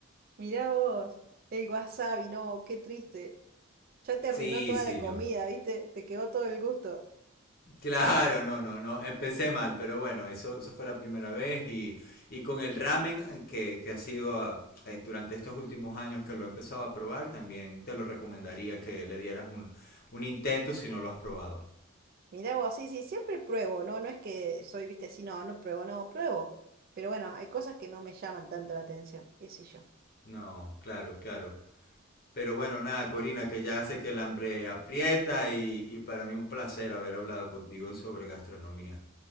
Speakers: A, on the right; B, on the left.
A: Mirá vos, el wasabi, no, qué triste. Ya te
B: Sí,
A: arruinó toda
B: sí,
A: la comida,
B: no.
A: ¿viste? Te quedó todo el gusto.
B: Claro, no, no, no, empecé mal, pero bueno, eso, eso fue la primera vez y, y con el ramen eh, que, que ha sido ah, eh, durante estos últimos años que lo he empezado a probar, también te lo recomendaría que le dieras un, un intento si no lo has probado.
A: Mirá vos, sí, sí, siempre pruebo, ¿no? No es que soy, viste, así, no, no pruebo, no, pruebo. Pero bueno, hay cosas que no me llaman tanto la atención, qué sé yo.
B: No, claro, claro. Pero bueno, nada, Corina, que ya sé que el hambre aprieta y, y para mí un placer haber hablado contigo sobre gastronomía.